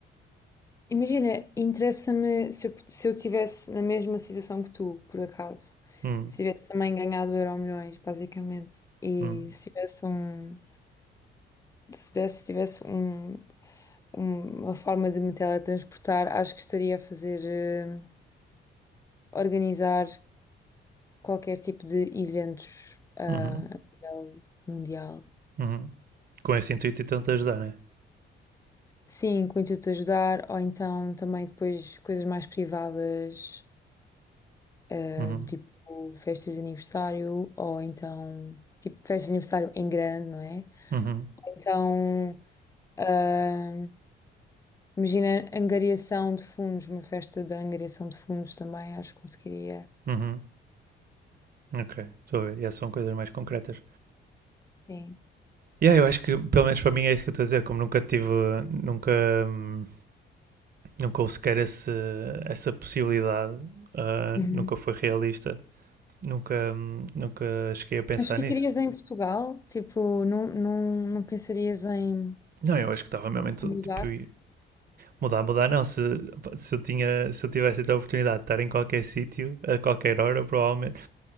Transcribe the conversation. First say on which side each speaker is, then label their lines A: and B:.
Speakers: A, on the left; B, on the right.
A: Imagina, interessa-me se eu, se eu tivesse na mesma situação que tu, por acaso,
B: Hum,
A: se tivesse também ganhado Euro milhões basicamente, e
B: hum,
A: se tivesse um, se tivesse, se tivesse um um- uma forma de me teletransportar, acho que estaria a fazer, eh, organizar qualquer tipo de eventos, ah,
B: uhum,
A: a nível mundial.
B: uhum. Com esse intuito e tanto ajudar, né?
A: Sim, com o intuito de ajudar, ou então também depois coisas mais privadas, eh,
B: Uhum,
A: do tipo festas de aniversário, ou então tipo festas de aniversário em grande, não é?
B: uhum,
A: Então, ah, imagina angariação de fundos, uma festa da angariação de fundos também, acho que conseguiria.
B: uhum. Ok, estou a ver. Yeah, são coisas mais concretas.
A: Sim.
B: Yeah, eu acho que pelo menos para mim é isso que eu estou a dizer. Como nunca tive, nunca, hum, nunca houve sequer esse, essa possibilidade, ah,
A: Uhum.
B: nunca foi realista, nunca, hum, nunca cheguei a pensar
A: Mas ficarias
B: nisso.
A: em Portugal? Tipo, não, não, não pensarias em
B: Não, eu acho que estava mesmo em tudo,
A: em mudar-te
B: tipo, mudar, mudar não, se, se, eu tinha, se eu tivesse a oportunidade de estar em qualquer sítio, a qualquer hora, provavelmente,